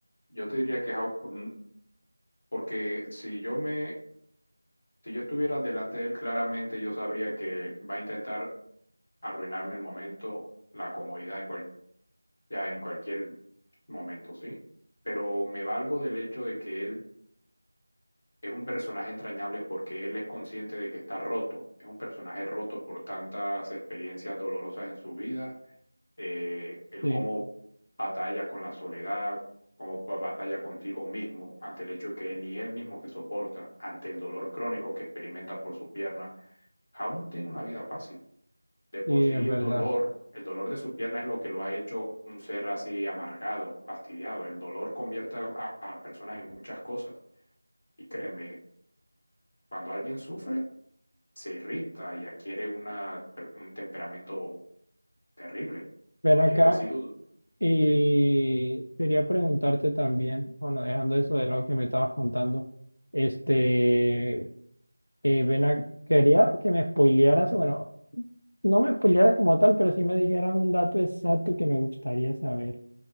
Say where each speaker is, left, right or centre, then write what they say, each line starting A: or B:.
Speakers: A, on the left; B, on the left.
A: Yo te diría que House, por- porque si yo me, si yo estuviera delante de él, claramente yo sabría que va a intentar arruinarme el momento, la comodidad en cual- ya en cualquier momento, ¿sí? Pero me valgo del hecho de que él es un personaje entrañable porque él es consciente de que está roto. Es un personaje roto por tantas experiencias dolorosas en su vida eh, el
B: sí,
A: cómo batalla con la soledad, cómo pa- batalla consigo mismo ante el hecho de que ni él mismo se soporta, ante el dolor crónico que experimenta por su pierna, aún tiene una vida fácil. De por
B: sí,
A: sí
B: es verdad.
A: el dolor, el dolor de su pierna es lo que lo ha hecho un ser así amargado, fastidiado. El dolor convierte a, a personas en muchas cosas. Y créeme, cuando alguien sufre, se irrita y adquiere una, un temperamento terrible.
B: Ven acá.
A: Y eso ha sido,
B: Y
A: sí,
B: quería preguntarte también, bueno, dejando eso de lado que me estabas contando, este, eh, ven a- quería que me spoilearas, bueno, no me spoilearas como tal, pero sí me dijeras un dato exacto que me gustaría saber.